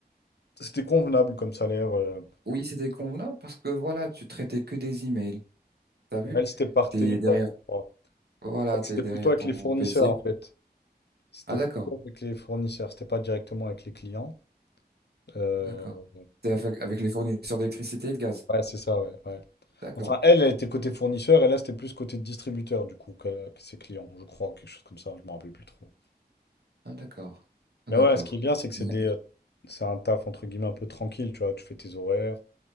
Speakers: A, on the left; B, on the right.
A: c'était convenable comme salaire. euh.
B: Oui, c'était convenable parce que voilà, tu traitais que des emails. T'as vu?
A: Ouais, Elle, c'était par
B: T'es
A: téléphone.
B: derrière,
A: je crois.
B: voilà,
A: En C'était
B: t'es derrière
A: plutôt avec
B: ton
A: les fournisseurs,
B: PC.
A: en fait. C'était
B: Ah, d'accord,
A: plutôt avec les fournisseurs, c'était pas directement avec les clients. Euh,
B: d'accord. T'es avec avec les fournisseurs d'électricité et de gaz.
A: ouais, c'est ça, ouais, ouais.
B: D'accord.
A: Enfin, elle, elle était côté fournisseur, et là, c'était plus côté distributeur, du coup, que, que ses clients, je crois, ou quelque chose comme ça, je me rappelle plus trop.
B: Ah, d'accord. Ah,
A: Mais
B: d'accord.
A: ouais, ce qui est bien, c'est que c'est
B: Ouais.
A: des, euh, c'est un taf entre guillemets un peu tranquille, tu vois. Tu fais tes horaires,